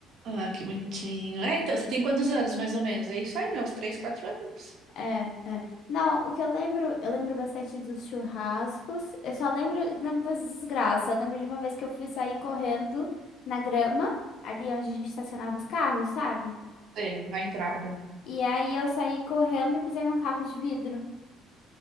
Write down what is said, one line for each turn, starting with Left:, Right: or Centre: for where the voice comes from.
Right: Ah, que bonitinho. É, então, você tem quantos anos, mais ou menos? É isso aí, né? Uns três, quatro anos.
Left: É, é. Não, o que eu lembro, eu lembro bastante dos churrascos. Eu só lembro, lembro das desgraças. Eu lembro de uma vez que eu fui sair correndo na grama, ali onde a gente estacionava os carros, sabe?
Right: É, na entrada.
Left: E aí eu saí correndo e pisei num caco de vidro.